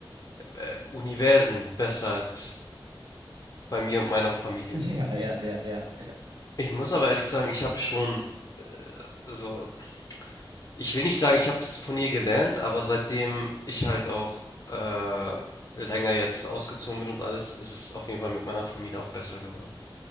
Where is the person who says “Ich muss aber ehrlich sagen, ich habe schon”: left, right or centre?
Left